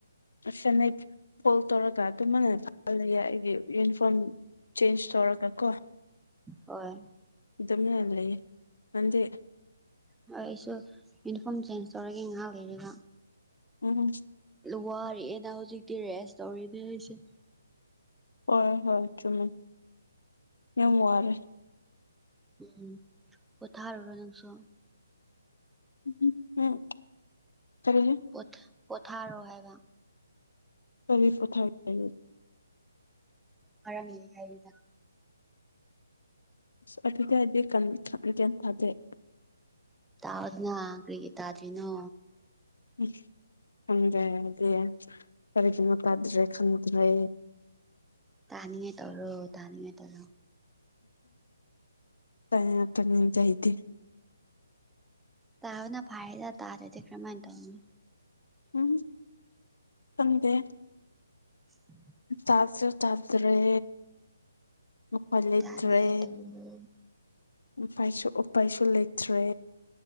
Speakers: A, on the left; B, in the centre.
A: ꯎꯝ ꯐꯣꯜ ꯇꯧꯔꯒ ꯑꯗꯨꯃꯅ ꯐꯍꯂ ꯑꯩꯒꯤ ꯌꯨꯅꯤꯐꯣꯔꯝ ꯆꯦꯟꯖ ꯇꯧꯔꯒ ꯀꯣ
B: ꯍꯣꯏ
A: ꯑꯗꯨꯝꯅ ꯂꯩꯌꯦ ꯅꯪꯗꯤ
B: ꯍꯣꯏ ꯑꯩꯁꯨ ꯌꯨꯅꯤꯐꯣꯔꯝ ꯆꯦꯟꯖ ꯇꯧꯔꯒꯦ ꯉꯥꯏꯍꯥꯛ ꯂꯩꯕ
A: ꯎꯝ
B: ꯋꯥꯔꯦꯅ ꯍꯧꯖꯤꯛꯇꯤ ꯔꯦꯁ ꯇꯧꯔꯤꯅꯦ ꯑꯩꯁꯦ
A: ꯍꯣꯏ ꯍꯣꯏ ꯆꯨꯝꯃꯤ ꯌꯥꯝ ꯋꯥꯔꯦ
B: ꯎꯝ ꯄꯣꯊꯥꯔꯨꯔꯣ ꯅꯪꯁꯨ
A: ꯎꯝ ꯎꯝ ꯀꯔꯤ
B: ꯄ ꯄꯣꯊꯥꯔꯣ ꯍꯥꯥꯏꯕ
A: INAUDIBLE
B: UNINTELLIGIBLE
A: UNINTELLIGIBLE
B: ꯇꯥꯎꯗꯅ ꯀ꯭ꯔꯤꯒꯤ ꯇꯥꯗ꯭ꯔꯤꯅꯣ
A: ꯎ ꯈꯪꯗꯦ ꯍꯥꯢꯗꯤ ꯀꯔꯤꯒꯤꯅꯣ ꯇꯥꯗ꯭ꯔꯦ ꯈꯟ INAUDIBLE
B: ꯇꯥꯅꯤꯡꯉꯥꯢ ꯇꯧꯔꯣ- ꯇꯥꯅꯤꯡꯉꯥꯢ ꯇꯧꯔꯣ
A: UNINTELLIGIBLE
B: ꯇꯥꯕꯅ ꯐꯔꯦꯗ ꯇꯥꯗꯔꯗꯤ ꯀꯔꯝꯃꯥꯏꯅ ꯇꯧꯅꯤ
A: UNINTELLIGIBLE
B: INAUDIBLE
A: ꯆꯥꯖꯨ ꯆꯥꯗ꯭ꯔꯦ ꯎꯄꯥꯢ ꯂꯩꯇ꯭ꯔꯦ
B: ꯇꯥꯅꯤꯡꯉꯥꯏ ꯇꯧꯔꯣ
A: ꯎꯄꯥꯢꯁꯨ ꯎꯄꯥꯏꯁꯨ ꯂꯩꯇ꯭ꯔꯦ